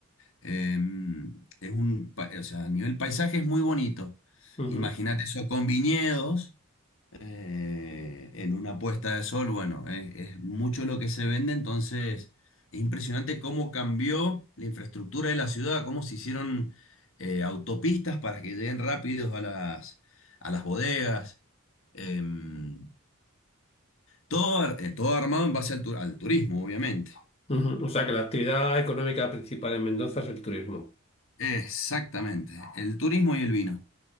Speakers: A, on the left; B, on the left.
A: Em, es un, pa- o sea, a nivel paisaje es muy bonito.
B: ujú.
A: Imagínate eso con viñedos, eh, en una puesta de sol, bueno, es, es mucho lo que se vende, entonces es impresionante cómo cambió la infraestructura de la ciudad, cómo se hicieron eh, autopistas para que lleguen rápidos a las, a las bodegas. Em, todo, ar- eh, todo armado en base al, tu- al turismo, obviamente.
B: Ujú, O sea que la actividad económica principal en Mendoza es el turismo.
A: Exactamente, el turismo y el vino.